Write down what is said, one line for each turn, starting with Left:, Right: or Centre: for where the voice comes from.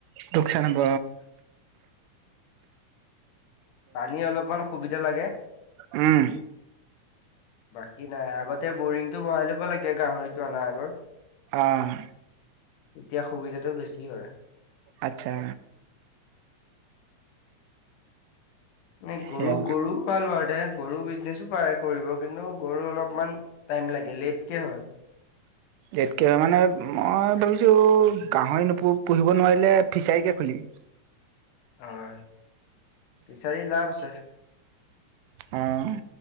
Right: দুকচানব
Left: পানী অলপমান সুবিধা লাগে।
Right: উম।
Left: বাকী নাই আগতে বৰিংটো বহাই ল'ব লাগে গাহৰিতটো অনাৰ আগত।
Right: আহ।
Left: এতিয়া সুবিধাতটো বেছি হয়।
Right: আচ্ছা।
Left: এ গৰু
Right: সেয়া
Left: গৰু ভাল আৰু দে গৰু বিজনেচো পাৰে কৰিব কিন্তু গৰু অলপমান টাইম লাগে লেটকে হ'য়। <inaudible>
Right: জটকৈ হয় মানে মই ভাবিছোঁ গাহৰি নপ পুহিব নোৱাৰিলে ফিছাৰীকে খুলিম।
Left: হয়, ফিচাৰী লাভ আছে।
Right: উম।